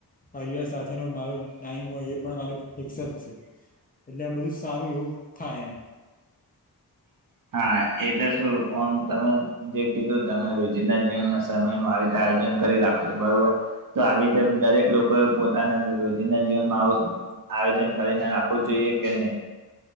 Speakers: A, on the left (about 25°); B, on the right (about 60°).
A: પરિવાર સાથેનો મારો ટાઈમ હોય એ પણ મારો ફિક્સ જ છે એટલે આ બધું સારું એવું થાય એમ
B: હા એટલે શું ઓમ તમે જે કીધું તમે રોજિંદાર જીવનમાં સમય નું આવી રતે આયોજન કરી રાખો છો બરોબર તો આવી રીતે દરેક લોકો એ પો પોતાના રોજિંદના જીવનમાં આવુજ આવું આયોજન કરીને રાખવું જોઈએ કે નહી